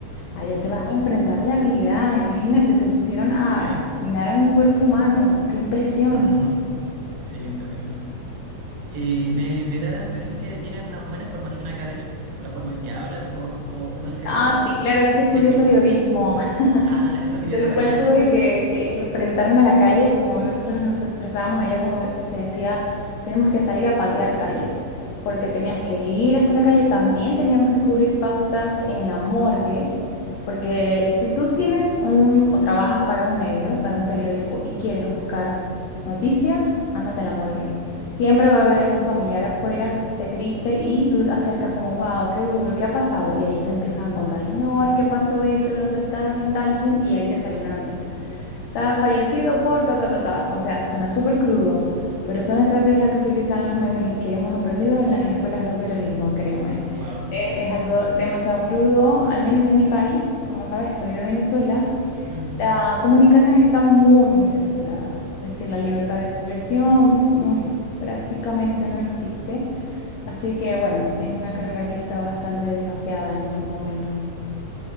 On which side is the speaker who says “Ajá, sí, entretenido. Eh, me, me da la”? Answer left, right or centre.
Right